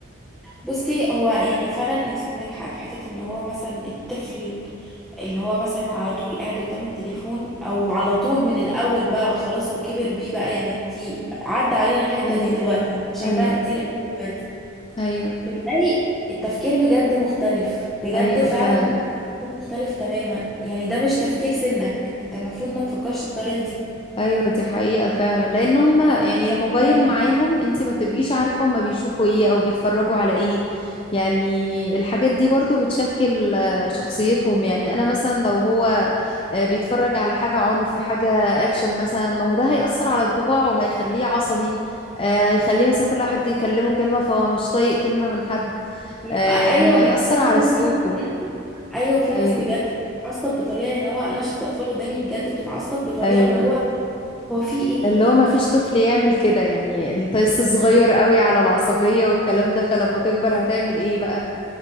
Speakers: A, in the centre; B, on the left.
A: بصي هو يعني فعلا انت عندك حق في حتة ان هو مثلا الطفل اللي هو مثلا على طول قاعد قدام التليفون او على طول من الاول بقى خلاص وكبر بيه بقى يعني انتي عدى علينا الحتة
B: ايوه
A: دي دلوقتي شايفاها
B: ايوه
A: كتير قوي دلوقتي
B: ايوه
A: بتلاقي التفكير بجد مختلف بجد
B: ايوه
A: فعلا
B: فعلا
A: تفكير مختلف تماما يعني ده مش تفكير سنك انت المفروض ما تفكرش بالطريقة دي
B: ايوه دي حقيقة فعلا لان هم يعني
A: فكر بطريقة
B: الموبايل
A: تانية.
B: معاهم انت ما تبقيش عارفة هم بيشوفوا ايه او بيتفرجوا على ايه يعني الحاجات دي برضو بتشكل آه، شخصيتهم يعني انا مثلا لو هو آه، بيتفرج على حاجة عنف حاجة اكشن مثلا ما هو ده هيأثر على انطباعه وهيخليه عصبي آه، هيخليه مثلا كل حد يكلمه كلمة فهو مش طايق كلمة من حد
A: يبقى
B: آه، يعني
A: ايوه بيفكروا
B: هيأثر على سلوكه
A: في ناس بجد ايوه في
B: ايوه
A: ناس بجد بتتعصب بطريقه ان هو انا شفت اطفال قدامي بجد بتتعصب بطريقه
B: ايوه
A: اللي هو هو في ايه
B: اللي هو ما فيش طفل يعمل كده يعني انت لسه صغير قوي على العصبية والكلام ده فلما تكبر هتعمل ايه بقى